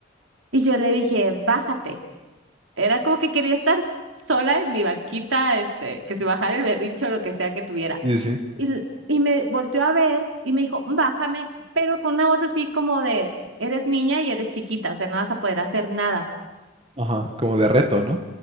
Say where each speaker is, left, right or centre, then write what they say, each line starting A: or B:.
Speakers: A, on the right; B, on the right.
A: y yo le dije, bájate. Era como que quería estar sola en mi banquita, este, que se bajara el berrincho o lo que sea que tuviera.
B: Sí, sí.
A: Y, l- y me volteó a ver y me dijo, bájame, pero con una voz así como de, eres niña y eres chiquita, o sea, no vas a poder hacer nada.
B: Ajá, como de reto, ¿no?